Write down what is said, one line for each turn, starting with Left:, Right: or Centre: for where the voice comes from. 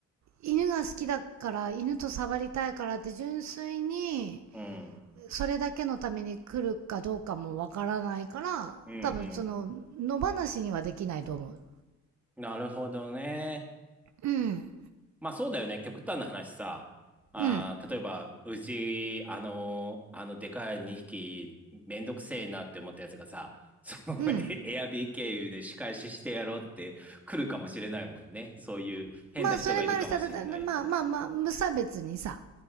Right: 犬が好きだから、犬と触りたいからって純粋に、
Centre: うん。
Right: それだけのために来るかどうかもわからないから、
Centre: うんう
Right: 多分その、野放しにはできないと思う。
Centre: ん。なるほどね。
Right: うん。
Centre: まあそうだよね。極端な話さ。あー、
Right: うん。
Centre: 例えば、うち、あのあの、でかい2匹、めんどくせえなって思ったやつがさ、その、
Right: うん。
Centre: <laughs> エエアビー経由で仕返ししてやろうって来るかもしれないもんね。そういう変な人がいるかもしれないくて。
Right: まあ、それもあるし、ただまあまあまあ、無差別にさ。